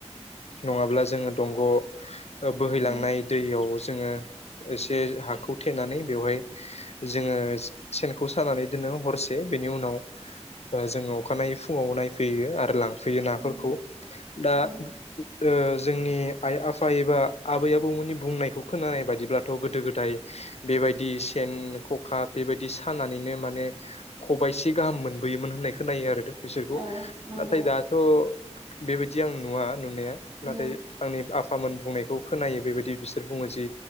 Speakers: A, on the left; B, on the right.
A: नङाब्ला जोङो दंग' बोहैलांनाय
B: उम
A: दैयाव जोङो एसे हाखौ थेनानै बेवहाय जोङो सेनखौ सानानै बिदिनो हरसे बेनि उनाव जोङो अखानायै फुङाव नायफैयो आरो लां फैयो नाफोरखौ
B: उम
A: दा
B: उम
A: ओ जोंनि आइ आफा एबा आबै आबौमोननि बुंनायखौ खोनानाय बादिब्लाथ' गोदो गोदाय बेबायदि सेन खखा बेबायदि सानानैनो माने खबाइसे गाहाम मोनबोयोमोन होननाय खोननायो आरो बिसोरखौ‌
B: औ नंगौ
A: नाथाय दाथ' बेबायदि आं नुवा नुनाया नाथाय
B: उम
A: आंनि आ फामोन बुंनायखौ खोनायो बेबायदि बिसोर बुङो जि